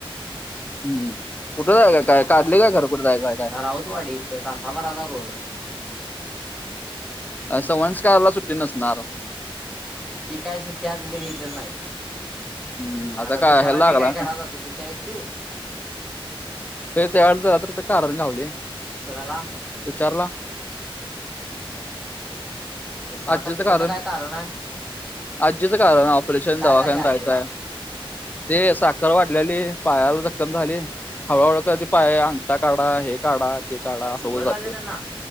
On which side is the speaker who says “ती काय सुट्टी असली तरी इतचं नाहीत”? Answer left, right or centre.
Centre